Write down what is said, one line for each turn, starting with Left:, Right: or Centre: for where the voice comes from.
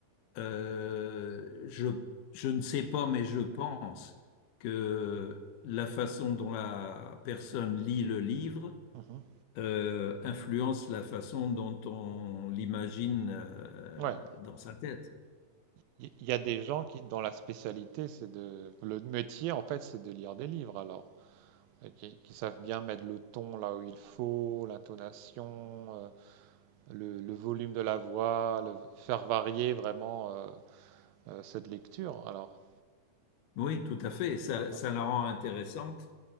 Left: Euh, je, je ne sais pas, mais je pense que la façon dont la personne lit le livre
Right: uhum.
Left: euh, influence la façon dont on l'imagine euh,
Right: Ouais.
Left: dans sa tête.
Right: Il il y a des gens qui, dont la spécialité, c'est de. Le métier, en fait, c'est de lire des livres alors. Et Qui, qui savent bien mettre le ton là où il faut, l'intonation. euh, le, le volume de la voix, le, faire varier vraiment euh, euh, cette lecture. Alors,
Left: Oui, tout à fait. Ça,
Right: ah, ah,
Left: ça la rend intéressante,